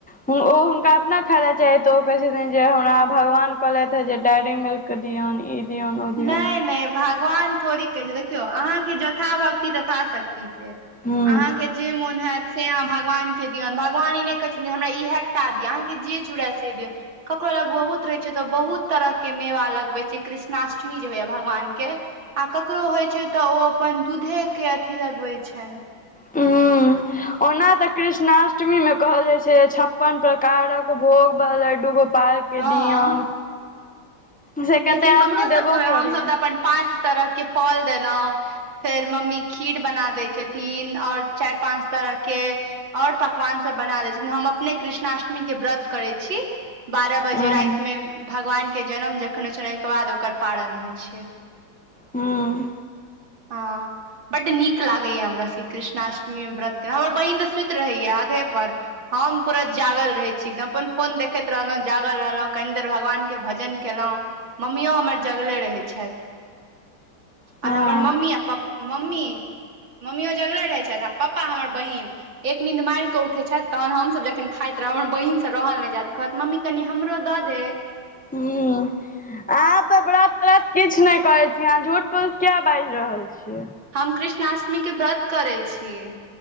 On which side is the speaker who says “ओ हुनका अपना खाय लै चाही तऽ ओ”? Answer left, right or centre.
Centre